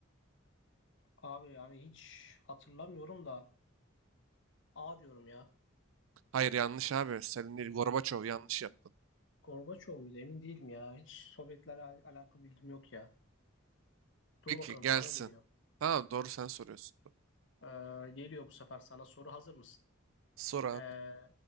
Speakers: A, on the left; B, on the right.
A: abi yani hiç hatırlamıyorum da A diyorum ya.
B: Hayır yanlış abi. Stalin değil Gorbaçov yanlış yaptın.
A: Gorbaçov muydu? Emin değilim ya. Hiç Sovyetlerle al- alakalı bilgim yok ya. Dur
B: Peki
A: bakalım
B: gelsin.
A: sana geliyor.
B: Tamam doğru sen soruyorsun.
A: Ee, geliyor bu sefer sana soru. Hazır mısın?
B: Sor abi.
A: Ee,